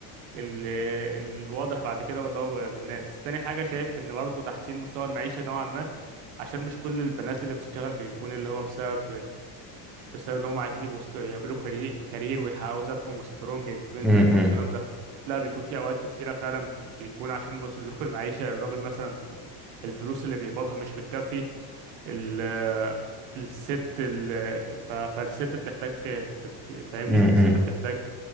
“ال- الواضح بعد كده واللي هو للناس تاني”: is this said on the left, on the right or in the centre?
Right